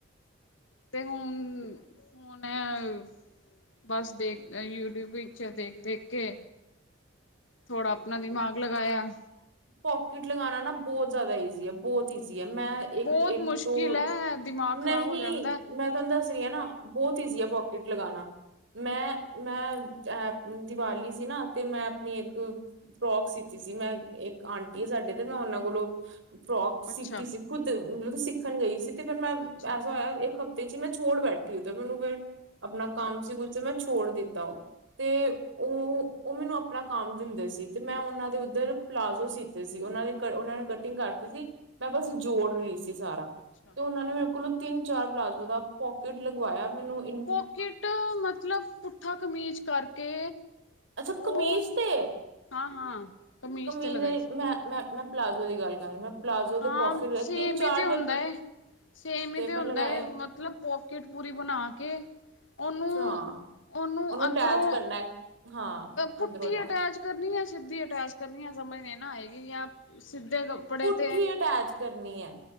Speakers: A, on the left (about 75°); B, on the right (about 70°).
A: ਤੇ ਹੁਣ- ਹੁਣ ਐ। ਬਸ ਦੇਖ ਯੂਟਿਊਬ ਵਿੱਚ ਦੇਖ- ਦੇਖ ਕੇ ਥੋੜਾ ਆਪਣਾ ਦਿਮਾਗ ਲਗਾਇਆ।
B: ਪੋਕਿਟ ਲਗਾਉਣਾ ਨਾ ਬਹੁਤ ਜ਼ਿਆਦਾ ਈਜ਼ੀ ਆ ਬਹੁਤ ਈਜੀ ਹੈ ਮੈਂ ਇੱਕ
A: ਬਹੁਤ
B: -ਇੱਕ
A: ਮੁਸ਼ਕਿਲ
B: ਤੋਂ
A: ਹੈ ਦਿਮਾਗ ਖ਼ਰਾਬ
B: ਨਹੀਂ
A: ਹੋ ਜਾਂਦਾ
B: ਮੈਂ ਤੁਹਾਨੂੰ ਦੱਸ ਦੀ ਨਾ ਬਹੁਤ ਈਜ਼ੀ ਆ ਪੋਕੀਟ ਲਗਾਉਣਾ। ਮੈਂ -ਮੈਂ ਅ ਦੀਵਾਲੀ ਸੀ ਨਾ ਤੇ ਮੈਂ ਆਪਣੀ ਇੱਕ ਫਰੋਕ ਸੀਤੀ ਸੀ ਮੈਂ ਇੱਕ ਆਂਟੀ ਆ ਸਾਡੇ ਤੇ ਮੈਂ ਉਹਨਾਂ ਕੋਲੋਂ ਫਰੋਕ
A: ਅੱਛਾ,
B: ਸਿਖੀ ਸੀ ਖੁੱਦ ਮਤਲਬ ਸਿੱਖਣ ਗਈ ਸੀ ਤੇ ਫਿਰ ਮੈਂ
A: ਅੱਛਾ,
B: ਐਸਾ ਹੋਇਆ ਇੱਕ ਤੇ ਸੀ ਮੈਂ ਛੋੜ ਬੈਠੀ ਹ ਤਾਂ ਮੈਨੂੰ ਫਿਰ ਆਪਣਾ
A: ਅੱਛਾ
B: ਕੰਮ ਸੀ ਕੁਛ ਜ ਮੈਂ ਛੋੜ ਦਿੱਤਾ ਉਹ ਤੇ ਉਹ ਉਹ ਮੈਨੂੰ ਆਪਣਾ ਕੰਮ ਦਿੰਦੇ ਸੀ ਤੇ ਮੈਂ ਉਹਨਾਂ ਦੇ ਉੱਧਰ ਪਲਾਜ਼ੋ
A: ਹੂੰ,
B: ਸੀ ਸੀ ਉਹਨਾਂ ਦੇ ਉਹਨਾਂ ਨੇ ਕਟਿੰਗ ਕਰਤੀ ਸੀ ਮੈਂ ਬ ਜੋੜ ਰਹੀ ਸੀ। ਸਾਰਾ
A: ਅੱਛਾ।
B: ਤੇ ਉਹਨਾਂ ਨੇ ਮੇਰੇ ਕੋਲੋਂ ਤਿੰਨ ਚਾਰ ਪਲਾਜੋ ਦਾ ਪੋਕਿਟ ਲਗਵਾਇਆ ਮੈਨੂੰ
A: ਪੋਕਿਟ ਮਤਲਬ ਪੁੱਠਾ ਕਮੀਜ਼ ਕਰਕੇ
B: ਅੱਛਾ ਕਮੀਜ਼
A: ਉਹ
B: ਤੇ
A: ਹਾਂ-ਹਾਂ
B: ਕਮੀਜ਼
A: ਤੇ ਲਗਾਈ
B: ਦੇ
A: ਸੀ।
B: ਮੈਂ- ਮੈਂ- ਮੈਂ ਪਲਾਜ਼ੋ ਦੀ ਗੱਲ ਕਰ ਮੈਂ ਪਲਾਜ਼ੋ ਦੇ
A: ਹਾਂ
B: ਪੋਫਿਟ
A: ਸੇਮ
B: ਤਿੰਨ
A: ਈ
B: ਚਾਰ
A: ਤੇ ਹੁੰਦਾ
B: ਦੇ
A: ਏ। ਸੇਮ ਹੀ ਤੇ
B: ਮੈਂ
A: ਹੁੰਦਾ
B: ਲਗਾਏ
A: ਹੈ ਮਤਲਬ ਪੋਕਿਟ ਪੂਰੀ ਬਣਾ ਕੇ ਉਹਨੂੰ-
B: ਹਾਂ
A: ਉਹਨੂੰ ਅੰਦਰੋਂ
B: ਅਟੈਚ ਕਰਨਾ ਹਾਂ
A: ਪੁੱਠੀ
B: ਅੰਦਰੋਂ
A: ਅਟੈਚ ਕਰਨੀ ਆ ਸਿੱਧੀ ਅਟੈਚ ਕਰਨੀ ਆ ਸਮਝ ਨਾ ਆ ਕਿ ਸਿੱਧੇ ਕੱਪੜੇ
B: ਪੁੱਠੀ
A: ਤੇ
B: ਅਟੈਚ ਕਰਨੀ ਹੈ।